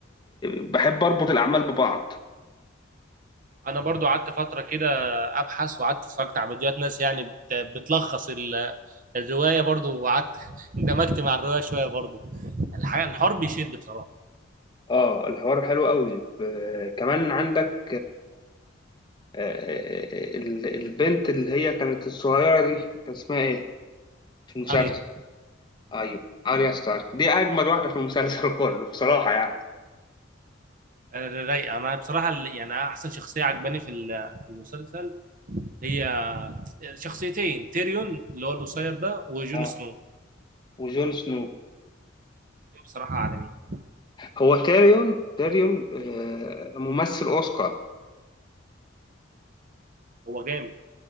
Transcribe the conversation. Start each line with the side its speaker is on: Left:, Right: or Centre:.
Left: <laughs> بحب اربط الاعمال ببعض
Right: انا برضو قعدت فتره كده ابحث وقعدت اتفرجت على فيديوهات ناس يعني بت- بتلخص ال- الروايه برضو وقعدت <laughs> اندمجت مع الروايه شويه برضو الحاجه الحوار بيشد بصراحه
Left: اه الحوار حلو قوي ب... كمان عندك آه، آه، آه، آه، ال- البنت اللي هي كانت الصغيرة دي كان اسمها ايه في المسلسل
Right: اريا
Left: ايوه اريا ستارك دي اجمل واحدة في المسلسل <laughs> كله بصراحة يعني
Right: رايقه انا بصراحه ال- يعني احسن شخصيه عجباني في ال- في المسلسل هي شخصيتين تيريون اللي هو القصير ده وجون
Left: اه
Right: سنو
Left: وجون سنو
Right: بصراحه عالميين
Left: هو تيريون تيريون آه، ممثل اوسكار
Right: هو جامد